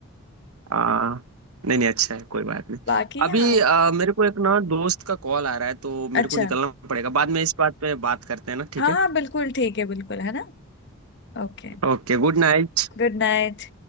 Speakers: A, on the right; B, on the left.
A: आ, नहीं नहीं अच्छा है कोई बात नहीं
B: बाकी
A: अभी
B: हाँ
A: आ, मेरे को एक ना दोस्त का कॉल आ रहा है तो मेरे
B: अच्छा
A: को निकलना पड़ेगा बाद में इस बात पे बात करते हैं ना ठीक
B: हाँ
A: है
B: हाँ बिल्कुल ठीक है बिल्कुल है ना Okay
A: Okay good night
B: good night